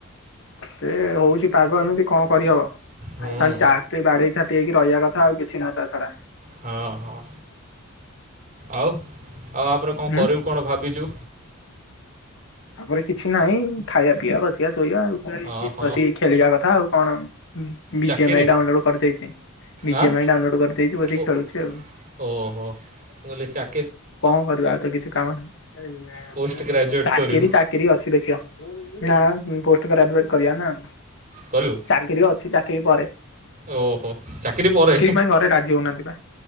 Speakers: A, on the left; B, on the right.
A: ସେ ହଉଛି ପାଗ ଏମିତି କଣ କରିହବ।
B: ହୁଁ
A: ଖାଲି ଚାହା ପିଇ ବାଡେଇ ଛାଟି ହେଇକି ରହିଆ କଥା ଆଉ କିଛି ନା ତା ଛଡା।
B: ହଁ ହଁ ଆଉ ଆ ପରେ କଣ
A: ହୁଁ।
B: କରିବୁ ଭାବିଛୁ?
A: ଆ ପରେ କିଛି ନାହିଁ ଖାଇଆ ପିଇଆ ବସିଆ ଶୋଇଆ ଆଉ।
B: ହଁ ହଁ
A: ବସିକି ଖେଳିଆ କଥା ଆଉ କଣ ବି
B: ଚାକିରି
A: ଜେ ମା ଇ ଡାଉନଲୋଡ କରିଦେଇଛି। ବି
B: ଆଁ
A: ଜେ ମା ଇ ଡାଉନଲୋଡ କରିଦେଇଛି ବସିକି
B: ଓ
A: ଖେଳୁଛି ଆଉ।
B: ଓହୋ ମୁ କହିଲି ଚା
A: କଣ କରିବା ଆଉ ତ କିଛି କାମ ନାହିଁ
B: ପୋଷ୍ଟ ଗ୍ରାଜୁଏଟ୍
A: ଚାକିରି
B: କରିବୁ
A: ଚାକିରି ଅଛି ଦେଖିବା। ନା ପୋଷ୍ଟ ଗ୍ରେଜୁଏଟ କରିଆ ନା।
B: କରିବ?
A: ଚାକିରି ଅଛି ଚାକିରି ପରେ।
B: ଓହୋ ଚାକିରି ପରେ
A: ପାଇଁ ଘରେ ରାଜି ହଉନାହାନ୍ତି ବା।